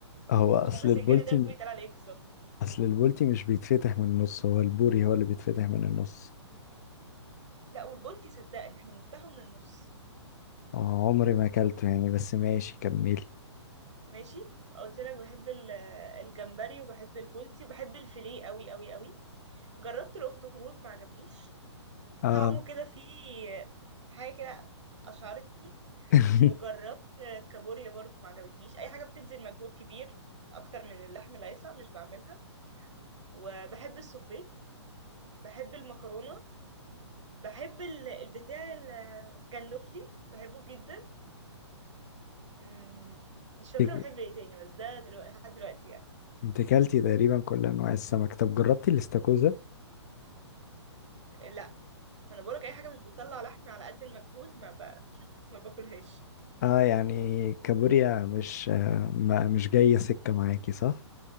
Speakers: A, on the left (about 35°); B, on the right (about 80°).
A: هو اصل
B: مش عارفه السنجاري
A: البولتي
B: ده بيتقال على ايه بالظبط
A: اصل البولتي مش بيتفتح من النص هو البوري هو اللي بيتفتح من النص
B: لا والبولتي صدقني احنا بنفتحه من النص
A: اه عمري ما اكلته يعني بس ماشي كملي
B: ماشي قلت لك بحب ال- الجمبري وبحب البولتي وبحب الفيليه قوي قوي قوي جربت الاخطبوط ما عجبنيش
A: اه
B: طعمه كده فيه حاجه كده اشعرتني
A: <laughs>
B: وجربت كابوريا برضو ما عجبتنيش اي حاجه بتبذل مجهود كبير اكتر من اللحم اللي هيطلع مش بعملها وبحب السبيت بحب المكرونه بحب ال- البتاع الجندوفلي بحبه جدا مم، مش فاكره
A: انت
B: بحب ايه تاني بس ده دلوقتي لحد دلوقتي يعني
A: أنت اكلتي تقريبا كل انواع السمك طب جربتي الاستاكوزا
B: لا ما انا بقولك اي حاجه مش بتطلع لحم على قد المجهود ما ب... ما باكلهاش
A: اه يعني كابوريا مش آه، ما مش جاية سكة معاكي صح؟